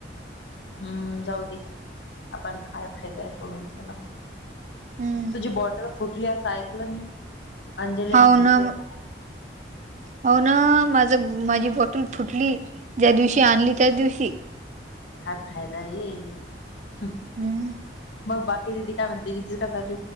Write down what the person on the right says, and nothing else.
हम्म.
हाऊ
ना
हो ना माझ माझी बॉटल फुटली. ज्या दिवशी आणली त्या दिवशी
हम्म